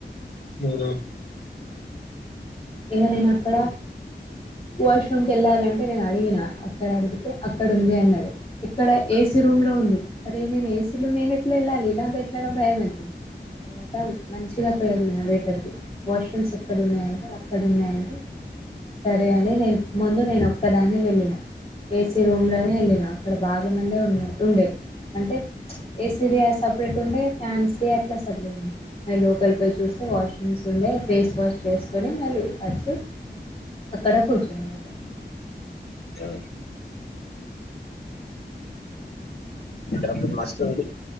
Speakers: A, on the left; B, on the left.
A: ఉ
B: ఇంగ నేను అక్కడ వాష్ రూమ్ కి వెళ్ళాలంటే నేను అడిగినా ఇక్కడ అడిగితే అక్కడ ఉంది అన్నారు ఇక్కడ ఏ ఏస రూమ్ లో ఉంది అరే నేను ఏసీ లో నేను ఎట్లా వెళ్ళాలి నాకు ఎట్లానాో భయం అంటతుంది తర్వాత మంచిగా పోయాలి నా వేటర్కి వాష్రూమ్స్ అక్కడున్నాయండి అక్కడు ఉన్నాయండి సరే అండి నేను ముందు నేను ఒక్కదాన్ని వెళ్ళిన ఏసీ రూమ్ లోనే వెళ్ళిన అక్కడ బాగ అనే ఉన్నా ఉండే అంటే ఏసీది సపరేట్ ఉండే ఫ్యాన్స్ది అట్లా సపరేట్ ఉండే అడ్ లోకల్ ప చూస్తే వాష్రూమ్స్ ఉండే్ ఫేస్ వాష్ చేసుకొని మళ్ళీ వచ్చి అక్కడ కూర్చున్నా
A: ఆ అ మస్తు ఉడి